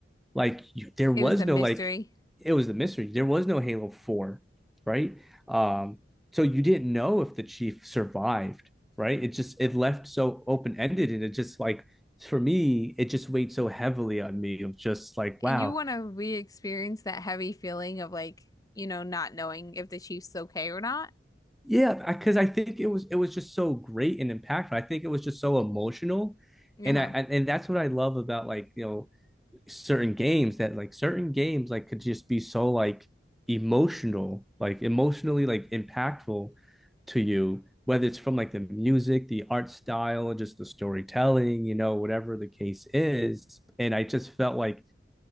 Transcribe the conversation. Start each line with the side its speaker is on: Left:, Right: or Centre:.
Centre: like you, there was
Left: It was a mystery.
Centre: no like it was the mystery. There was no Halo 4, right? Um, so you didn't know if the chief survived, right? It just it left so open-ended and it just like for me, it just weighed so heavily on me of just like,
Left: And
Centre: wow,
Left: you want to re-experience that heavy feeling of like, you know, not knowing if the Chiefs okay or not.
Centre: yeah, because I, think it was it was just so great and impactful. I think it was just so emotional,
Left: Uh-huh.
Centre: and I, I and that's what I love about like you know certain games that like certain games like could just be so like emotional, like emotionally like impactful to you, whether it's from like the music, the art style, just the storytelling, you know, whatever the case is. And I just felt like